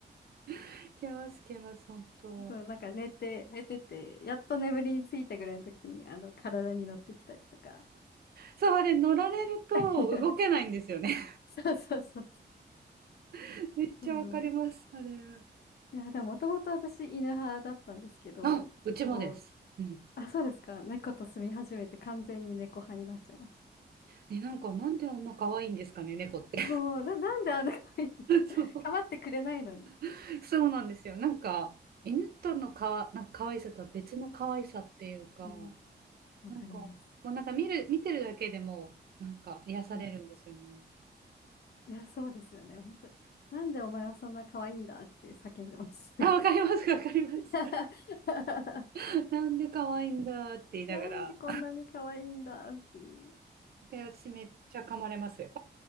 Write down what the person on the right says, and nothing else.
<laughs> 来ます来ます、本当。
そう、あれ乗られると動けないんですよね。
<laughs> めっちゃわかります、
あれ。
あ、うちもです。
うん
え、なんか、なんであんな可愛いんですかね、猫って。
<laughs>
そう、
<laughs> そうなんですよ。なんか、犬とのかわ、なんか可愛さとは別の可愛さっていうか、
なんか、もうなんか見る、見てるだけでも、なんか癒されるんですよね。
あ、わかります、わかります。
<laughs> なんで可愛いんだって言いながら。
で、私めっちゃ噛まれますよ。